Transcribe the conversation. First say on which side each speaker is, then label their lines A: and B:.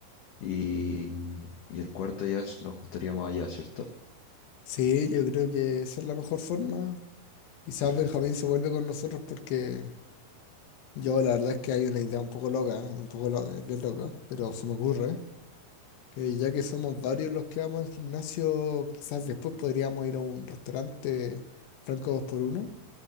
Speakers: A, on the left (about 60°); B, on the left (about 85°).
A: y, y el cuarto ya s- nos juntaríamos allá, ¿cierto?
B: Sí, yo creo que esa es la mejor forma. Quizás
A: Perfecto.
B: Benjamín se vuelve con nosotros porque yo la verdad es que hay una idea un poco loca, ¿eh? un poco lo- eh, bien loca, pero se me ocurre. Que ya que somos varios los que vamos al gimnasio, quizás después podríamos ir a un restaurante franco dos por uno.